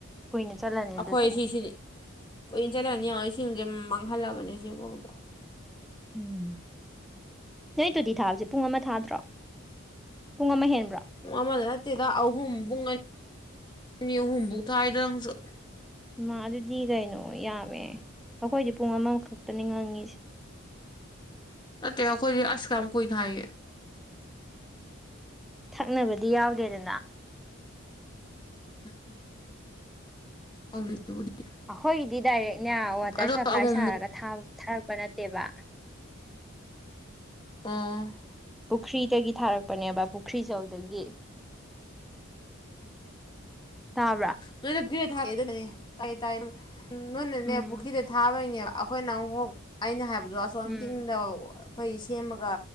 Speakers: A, in the centre; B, on the left.
A: ꯀꯨꯏꯅ ꯆꯠꯂꯅꯤ
B: ꯑꯈꯣꯏ
A: ꯑꯗꯨꯗꯤ
B: ꯁꯤꯁꯤꯗꯤ ꯀꯨꯏ ꯆꯠꯂꯅꯤ ꯌꯦꯡꯉꯣ ꯏꯁꯤꯡꯖꯦ ꯃꯥꯡꯍꯜꯂꯕꯅꯤ ꯁꯤꯕꯥꯎꯗ
A: ꯎꯝ ꯅꯣꯏ ꯇꯨꯗꯤ ꯊꯥꯕꯖꯤ ꯄꯨꯡ ꯑꯃ ꯊꯥꯗ꯭ꯔꯣ ꯄꯨꯡ ꯑꯃ ꯍꯦꯟꯕ꯭ꯔꯣ
B: ꯄꯨꯡ ꯑꯃꯗ ꯅꯠꯇꯦꯗ ꯑꯍꯨꯝ ꯄꯨꯡ ꯑꯟ ꯑꯅꯤ ꯑꯍꯨꯝꯕꯨ ꯊꯥꯏꯗ ꯅꯪꯁꯨ
A: ꯏꯃ ꯑꯗꯨꯗꯤ ꯀꯩꯅꯣ ꯌꯥꯝꯃꯦ ꯑꯈꯣꯏꯗꯤ ꯄꯨꯡ ꯑꯃꯈꯛꯇꯅꯤ ꯉꯪꯉꯤꯁꯦ
B: ꯅꯠꯇꯦ ꯑꯈꯣꯏꯗꯤ ꯑꯁ ꯌꯥꯝ ꯀꯨꯏ ꯊꯥꯏꯌꯦ
A: ꯊꯛꯅꯕꯗꯤ ꯌꯥꯎꯗꯦꯗꯅ
B: ꯎꯝ <unintelligible>
A: ꯑꯈꯣꯏꯒꯤꯗꯤ ꯗꯥꯏꯔꯦꯛꯅꯦ ꯋꯥꯇꯔ
B: ꯑꯗꯣ
A: ꯁꯄ꯭ꯂꯥꯏ
B: ꯑꯃꯨꯛ
A: ꯁꯥꯔꯒ ꯊꯥꯕ ꯊꯥꯔꯛꯄ ꯅꯠꯇꯦꯕ
B: ꯑ
A: ꯄꯨꯈ꯭ꯔꯤꯗꯒꯤ ꯊꯥꯔꯛꯄꯅꯦꯕ ꯄꯨꯈ꯭ꯔꯤ ꯆꯧꯗꯒꯤ ꯇꯥꯕ꯭ꯔꯥ
B: ꯅꯣꯏꯅ ꯄꯨꯈꯤꯗ ꯊꯥ <unintelligible> ꯇꯥꯏꯌꯦ ꯇꯥꯏꯌꯦ ꯅꯣꯏꯅꯅꯦ
A: ꯎꯝ
B: ꯄꯨꯈꯤꯗ ꯊꯥꯕꯩꯅꯦꯕ ꯑꯈꯣꯏꯅ ꯑꯃꯨꯛ ꯑꯩꯅ ꯍꯥꯏꯕꯗꯣ ꯑꯁꯣꯝ
A: ꯎꯝ
B: ꯇꯤꯡꯗ ꯑꯈꯣꯏ ꯁꯦꯝꯃꯒ